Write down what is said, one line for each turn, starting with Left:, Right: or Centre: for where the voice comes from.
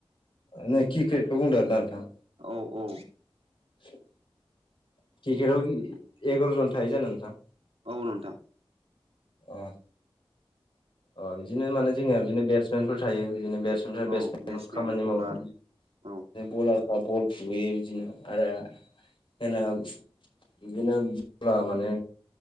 Left: नों क्रिकेटखौ बुंदों आरोना नोंथां
Right: औ औ
Left: <inaudible> क्रिकेटआव एगार'जन थायो जानो नोंथां?
Right: औ नोंथां।
Left: अ अ बिदिनो माने जोंनिया बिदिनो बेट्समेनफोर थायो बिदिनो बे्स बेफ्राय
Right: औ
Left: बे
Right: बेट्समेन
Left: खामानि
Right: बलार
Left: मावो
Right: औ
Left: बलारफ्रा बल‌खुबैया इदि आरो होन बिदिनो ब माने